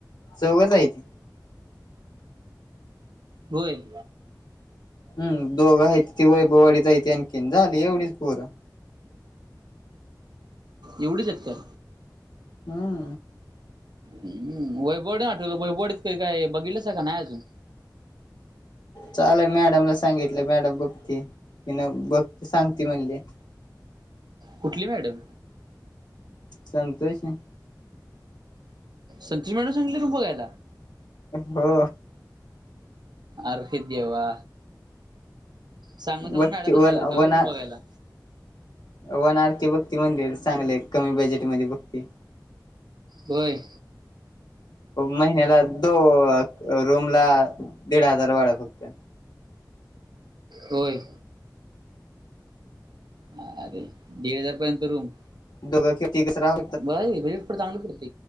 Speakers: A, on the left; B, on the right.
A: चौघचय त
B: होय
A: हम् दोघं आहे ती वैभवडीत आहे आणखीन झाली एवढीच पुरं
B: एवढीच का
A: हम्
B: हम वैभोडे आठवलं वैभोडी काही काही बघितलच आहे का नाही अजून
A: चाल मॅडमला सांगितलं मॅडम बघते कि न बघते सांगते म्हणली
B: कुठली मॅडम
A: संतोष आहे
B: संच मॅड सांगली तू बघायला
A: हो
B: अर्हितेवा सांगून सांून
A: बघते
B: मॅडमना
A: वर
B: सांग सग
A: वना
B: रूम बघयला
A: वन आर के बक्ती मंदिर चांगलेय कमी बजेट मध्ये बघती
B: वर
A: महिन्याला दो रूम ला दीड हजार वाडा फक्त
B: होय अ अरे दीड हजारपर्यंत रूम
A: दोघं खेती कच राह
B: ब वेळीप तांगली पडत